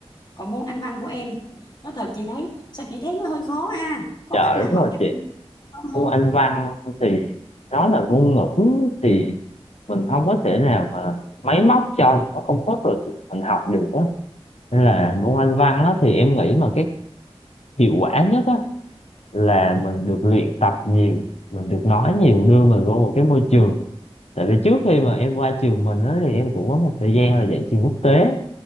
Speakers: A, on the left; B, on the left.
A: còn môn Anh văn của em nói thật chị thấy sao chị thấy nó hơi khó ha có
B: dạ
A: cách nào
B: đúng
A: học
B: rồi
A: cho
B: chị
A: mình không
B: môn
A: không
B: Anh văn thì nó là ngôn ngữ thì mình không có thể nào mà máy móc cho nó công thức rồi chị- mình học được á nên là môn Anh văn á thì em nghĩ mà cái hiệu quả nhất á là mình được luyện tập nhiều mình được nói nhiều đưa mình vô một cái môi trường tại vì trước khi mà em qua trường mình á thì em cũng có một thời gian là dạy trường quốc tế